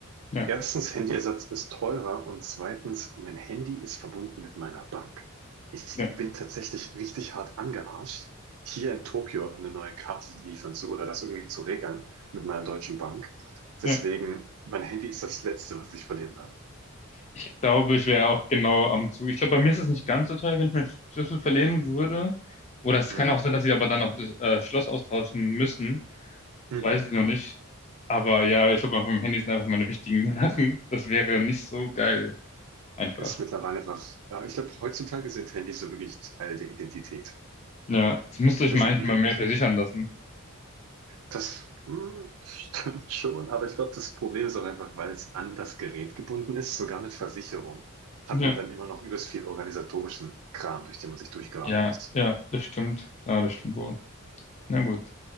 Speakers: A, on the left; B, on the right.
A: ja,
B: Erstens, Handyersatz ist teurer und zweitens, mein Handy ist verbunden mit meiner Bank. Ich
A: ja,
B: bin tatsächlich richtig hart angearscht, hier in Tokio eine neue Karte liefern zu oder das irgendwie zu regeln mit meiner deutschen Bank. Deswegen,
A: ja.
B: mein Handy ist das Letzte, was ich verlieren werde.
A: Ich glaube, ich wäre auch genau am Zug. Ich glaube, bei mir ist es nicht ganz so teuer, wenn ich meinen Schlüssel verlieren würde. Oder es
B: Hm.
A: kann auch sein, dass sie aber dann auch das äh, Schloss austauschen müssen.
B: Mhm.
A: Weiß ich noch nicht. Aber ja, ich glaube, auf meinem Handy sind einfach meine wichtigen <laughs> Sachen. Das wäre nicht so geil. Einfach.
B: Ist mittlerweile einfach, ja, ich glaube, heutzutage sind Handys so wirklich Teil der Identität
A: Ja, das müsste ich
B: des
A: manchmal
B: Individuums.
A: mehr versichern lassen.
B: Das, hm, das stimmt <laughs> schon, aber ich glaube, das Problem ist auch einfach, weil es an das Gerät gebunden ist, sogar mit Versicherung, hat
A: Ja,
B: man dann immer noch übelst viel organisatorischen Kram, durch den man sich durchgraben
A: ja,
B: muss.
A: ja, das stimmt. Ja, das stimmt wohl. Na gut,